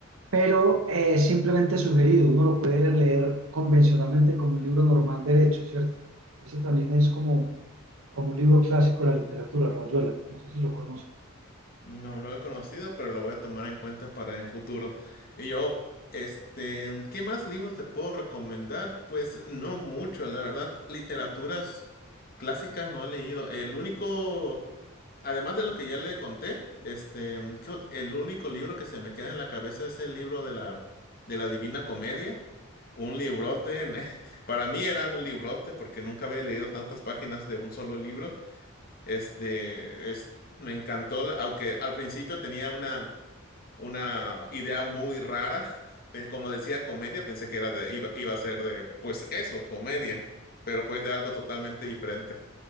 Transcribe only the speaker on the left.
No lo he conocido, pero lo voy a tomar en cuenta para en futuro. Y yo, este, ¿qué más libros te puedo recomendar? Pues no mucho, la verdad, literaturas clásicas no he leído. El único Además de lo que ya le conté, este, mm, ¿qué ot- el único libro que se me queda en la cabeza es el libro de la, de la Divina Comedia. Un librote, en- <laughs> para mí era un librote porque nunca había leído tantas páginas de un solo libro. Este, es, me encantó, la- aunque al principio tenía una, una idea muy rara. <laughs> pe- Como decía comedia, pensé que era de, iba, iba a ser de, pues eso, comedia, pero fue de algo totalmente diferente